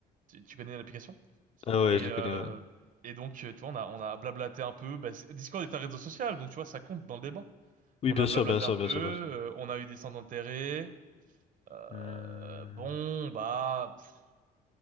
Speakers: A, on the right; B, on the left.
A: Tu, tu connais l'application?
B: Ah ouais,
A: Et,
B: je le
A: euh,
B: connais, ouais.
A: et donc, euh, tu vois, on a, on a blablaté un peu. Bah, c'est- Discord est un réseau social, donc tu vois, ça compte dans le débat.
B: Oui,
A: On
B: bien
A: a blablaté
B: sûr, bien sûr,
A: un
B: bien
A: peu,
B: sûr,
A: euh,
B: bien sûr.
A: on a eu des scènes d'intérêt. Euh,
B: Hmm.
A: bon, bah, pff,